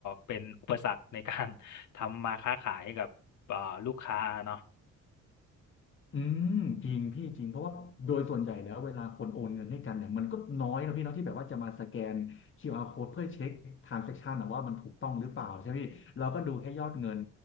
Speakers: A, on the left; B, on the left.
A: เป็นอุปสรรคในการ <laughs> ทำมาค้าขายกับอ่าลูกค้าเนาะ
B: อืมจริงพี่จริงเพราะว่าโดยส่วนใหญ่แล้วเวลาคนโอนเงินให้กันเนี่ยมันก็น้อยนะพี่เนาะที่แบบว่าจะมาสแกนคิวอาร์ code เพื่อเช็ค transaction นะว่ามันถูกต้องหรือเปล่าใช่ไหมพี่เราก็ดูแค่ยอดเงิน